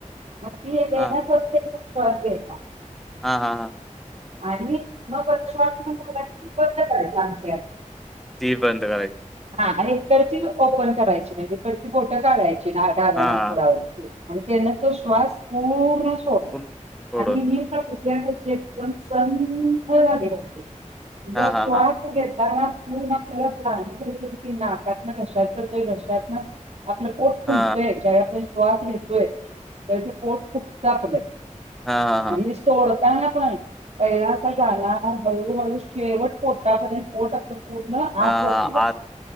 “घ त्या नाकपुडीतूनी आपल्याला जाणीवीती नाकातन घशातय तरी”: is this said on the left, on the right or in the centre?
Right